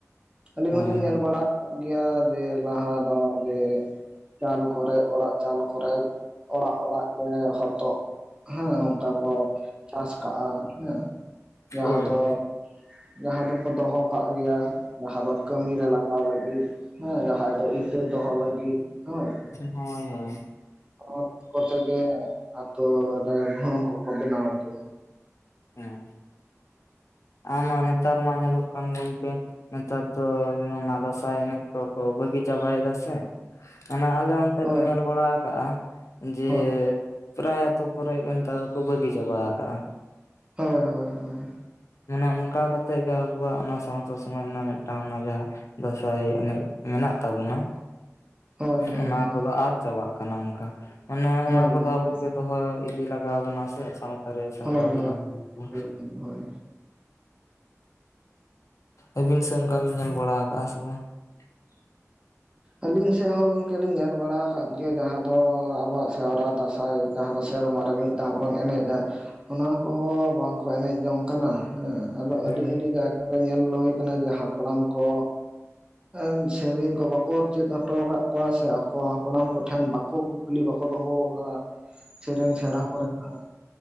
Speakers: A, on the right (about 20°); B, on the left (about 65°).
A: ᱟᱹᱞᱤᱧ
B: ᱦᱳᱭ
A: ᱦᱚᱞᱤᱧ ᱧᱮᱞ ᱵᱟᱲᱟᱟᱜ ᱜᱮᱭᱟ ᱡᱮ ᱞᱟᱦᱟ ᱫᱚ ᱡᱮ ᱪᱟᱞ ᱠᱚᱨᱮ ᱚᱲᱟᱜ ᱪᱟᱞ ᱠᱚᱨᱮ ᱚᱲᱟᱜ ᱚᱲᱟᱜ ᱮ ᱦᱚᱛᱚᱜ, ᱦᱮᱸ ᱱᱚᱝᱠᱟ ᱠᱚ ᱪᱟᱥ ᱠᱟᱜᱼᱟ ᱦᱮᱸ ᱡᱟᱦᱟᱸ
B: ᱦᱳᱭ
A: ᱫᱚ,
B: ᱦᱳᱭ ᱦᱳᱭ
A: ᱡᱟᱦᱟᱸ ᱫᱚᱠᱚ ᱫᱚᱦᱚ ᱠᱟᱜ ᱜᱮᱭᱟ, ᱡᱟᱦᱟᱸ ᱫᱚ ᱠᱟᱹᱢᱤᱨᱮ ᱞᱟᱜᱟᱣ ᱞᱟᱹᱜᱤᱫ ᱾ ᱦᱮᱸ ᱡᱟᱦᱟᱸ ᱫᱚ ᱤᱛᱟᱹ ᱫᱚᱦᱚ ᱞᱟᱹᱜᱤᱫ ᱦᱳᱭ ᱾
B: ᱦᱳᱭ ᱦᱳᱭ,
A: ᱚᱛ ᱠᱚᱛᱮ ᱜᱮ ᱟᱛᱳ ᱨᱮ ᱦᱚᱦᱚ ᱠᱚᱠᱚ ᱵᱮᱱᱟᱣ ᱠᱮᱭᱟ ᱾
B: ᱦᱮᱸ ᱟᱢᱟ ᱱᱮᱛᱟᱨ ᱢᱟ ᱧᱮᱞᱚᱜ ᱠᱟᱱ ᱜᱚᱢᱠᱮ ᱱᱮᱛᱟᱨ ᱫᱚ ᱚᱱᱟ ᱫᱟᱸᱥᱟᱭ ᱮᱱᱮᱡ ᱠᱚᱠᱚ ᱵᱟᱹᱜᱤ ᱪᱟᱵᱟᱭᱮᱫᱟ ᱥᱮ ᱚᱱᱟ ᱟᱞᱮ ᱛᱮᱞᱤᱧ
A: ᱦᱳᱭ
B: ᱧᱮᱞ ᱵᱟᱲᱟ ᱟᱠᱟᱜᱼᱟ ᱡᱮ
A: ᱦᱳᱭ
B: ᱯᱨᱟᱭ ᱟᱛᱳ ᱠᱚᱨᱮ ᱱᱮᱛᱟᱨ ᱫᱚᱠᱚ ᱵᱟᱹᱜᱤ ᱪᱟᱵᱟ ᱟᱠᱟᱜᱼᱟ᱾
A: ᱦᱳᱭ ᱦᱳᱭ ᱦᱳᱭ,
B: ᱢᱟᱱᱮ ᱚᱱᱠᱟ ᱠᱟᱛᱮᱜ ᱜᱮ ᱟᱵᱚᱣᱟᱜ ᱚᱱᱟ ᱥᱟᱶᱛᱟ ᱥᱚᱢᱟᱡᱽ ᱨᱮᱱᱟᱜ ᱢᱤᱫᱴᱟᱝ ᱚᱱᱟ ᱡᱟᱦᱟᱸ ᱫᱟᱸᱥᱟᱭ ᱮᱱᱮᱡ ᱢᱮᱱᱟᱜ ᱛᱟᱵᱚᱱᱟ,
A: ᱦᱳᱭ ᱦᱳᱭ
B: ᱚᱱᱟ
A: ᱦᱳᱭ
B: ᱠᱚᱫᱚ ᱟᱫ ᱪᱟᱵᱟᱜ ᱠᱟᱱᱟ ᱚᱱᱠᱟ ᱢᱟᱱᱮ
A: ᱦᱳᱭ
B: ᱚᱱᱟ ᱠᱚᱫᱚ
A: ᱜᱚᱝᱠᱮ
B: ᱟᱵᱚᱜᱮ ᱫᱚᱦᱚ ᱤᱫᱤ ᱤ ᱞᱟᱜᱟᱣ ᱵᱚᱱᱟ ᱥᱮ ᱥᱟᱶᱛᱟ ᱨᱮ ᱥᱮᱨᱣᱟ
A: ᱦᱳᱭ
B: ᱠᱟᱱᱟ
A: ᱦᱳᱭ
B: ᱵᱚ
A: ᱦᱳᱭ ᱜᱚᱝᱠᱮ, ᱦᱳᱭ
B: ᱟᱹᱵᱤᱱ ᱥᱮ ᱚᱱᱠᱟ ᱵᱤᱱ ᱧᱮᱞ ᱵᱟᱲᱟ ᱟᱠᱟᱜᱼᱟ ᱥᱮ ᱵᱟᱝ? <inaudible>
A: ᱟᱹᱞᱤᱧ ᱥᱮᱫ ᱦᱚᱸ ᱜᱚᱝᱠᱮ ᱞᱤᱧ ᱧᱮᱞ ᱵᱟᱲᱟ ᱟᱠᱟᱫ ᱜᱮᱭᱟ ᱡᱟᱦᱟᱸ ᱫᱚ ᱟᱵᱚᱣᱟᱜ ᱥᱟᱦᱟ ᱨᱟ ᱴᱟᱥ ᱟᱭ ᱡᱟᱦᱟᱸ ᱫᱚ ᱥᱮᱨᱢᱟ ᱨᱮ ᱢᱤᱫ ᱫᱷᱟᱣ ᱵᱚᱱ ᱮᱱᱮᱡᱟ, ᱚᱱᱟ ᱠᱚᱦᱚᱸ ᱵᱟᱝᱠᱚ ᱮᱱᱮᱡ ᱡᱚᱝ ᱠᱟᱱᱟ ᱾ ᱦᱮᱸ ᱟᱫᱚ
B: ᱦᱮᱸ
A: ᱟᱹᱰᱤ ᱟᱹᱰᱤ ᱡᱟᱭᱜᱟ ᱨᱮ ᱧᱮᱞ ᱦᱩᱭ ᱠᱟᱱᱟ ᱡᱮ ᱦᱟᱯᱲᱟᱢ ᱠᱚ ᱮᱸᱻ ᱥᱮᱨᱮᱧ ᱠᱚ ᱵᱟᱠᱚ ᱪᱮᱫ ᱦᱚᱴᱚ ᱠᱟᱜ ᱠᱚᱣᱟ ᱥᱮ ᱟᱠᱚᱣᱟᱜ ᱦᱟᱯᱲᱟᱢ ᱠᱚᱴᱷᱮᱱ ᱵᱟᱠᱚ ᱠᱩᱠᱞᱤ ᱵᱟᱠᱚ ᱫᱚᱦᱚ ᱫᱚᱦᱚ ᱠᱟᱫᱟ ᱾ ᱥᱮᱨᱮᱧ ᱥᱮᱬᱟ
B: ᱦᱮᱸ
A: ᱠᱚᱨᱮᱱᱟᱜ